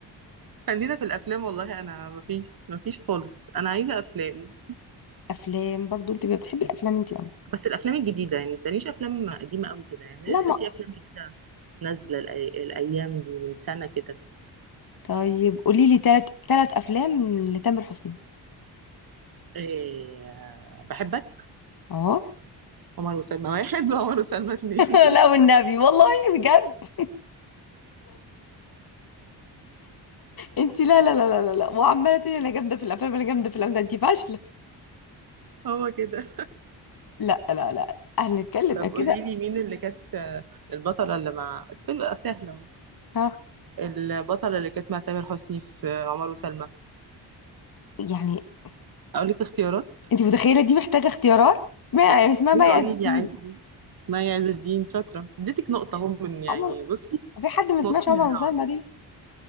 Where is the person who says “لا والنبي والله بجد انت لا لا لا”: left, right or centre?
Left